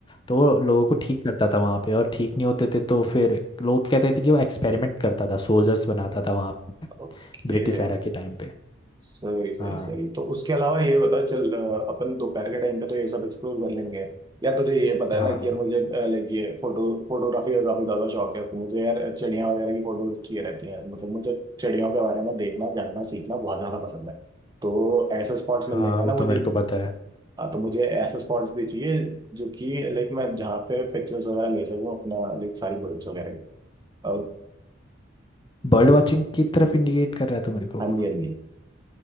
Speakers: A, on the left; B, on the right.
A: तो वो लोगों को ठीक करता था वहाँ पे और ठीक नहीं होते थे तो फिर लोग कहते थे कि वो एक्सपेरिमेंट करता था सोल्जर्स बनाता था वहाँ
B: ओके
A: ब्रिटिश एरा के टाइम पे
B: सही सही
A: हाँ
B: सही तो उसके अलावा ये बता चल अ, अपन दोपहर के टाइम पे तो ये सब एक्सप्लोर कर लेंगे यार तुझे ये पता है
A: हाँ
B: ना कि
A: हाँ
B: यार मुझे अ, लाइक ये फोटो फोटोग्राफी का काफी ज्यादा शौक है तो मुझे यार चिड़िया वगैरह की फोटोज किए रहती हैं मतलब मुझे चिड़ियों के बारे में देखना जानना सीखना बहुत ज्यादा पसंद है तो ऐसे स्पॉट्स मिल
A: हाँ
B: जाएंगे
A: वो
B: ना मुझे
A: तो मेरे को पता है
B: हाँ तो मुझे ऐसे स्पॉट्स भी चाहिए जो कि लाइक मैं जहाँ पे पिक्चर्स वगैरह ले सकूँ अपना लाइक सारी बर्ड्स वगैरह की। और
A: बर्ड वॉचिंग की तरफ इंडिकेट कर रहा है तो मेरे को
B: हाँ जी हाँ जी